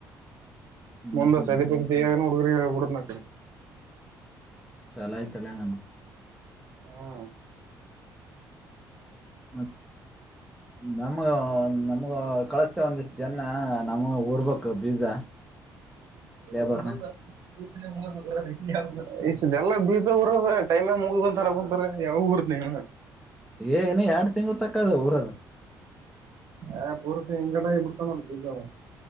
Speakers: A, in the centre; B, on the right (about 50°).
A: ಹ್ಮ್
B: ಮುಂದ
A: ಹ್ಮ್
B: ಸದಿ ಪಿದಿ ತೆಗ್ಯಕ್ನು ಹುಡುಗುರ್ಗಿ ಹೇಳಿ ಬಿಡನ್ ಆಕಡೆ.
A: ಚಲ್ ಆಯ್ತ್ ಲೆ ನಮಗ್
B: ಹ್ಮ
A: ಮತ್ ನಮಗ ನಮ್ಗ ಕಳಸ್ತೇ ಒಂದಿಷ್ಟ ಜನ್ನಾ ನಮ್ಮವು ಊರ್ಬೇಕು ಬೀಜ.
B: <unintelligible>
A: ಲೇಬರ್ನ
B: ಎಲ್ಲ ಬೀಜ ಉರದ ಟೈಮ ಮುಗದದ ಅನಾ ಕುಂತಾರ ಯಾವಾಗ್ ಉರ್ದ ನಿ ಇನ್ನಾ.
A: ಏ ಇನ್ನ ಎರಡ್ ತಿಂಗಳ ತಕ್ಕ ಅದಾ ಊರದ.
B: ಏ ಪೂರ್ತಿ ಹಿಂಗನ ಆಗ್ಬಿಟ್ಟಾವ್ ನೋಡ್ ಬೀಜ ಅವ.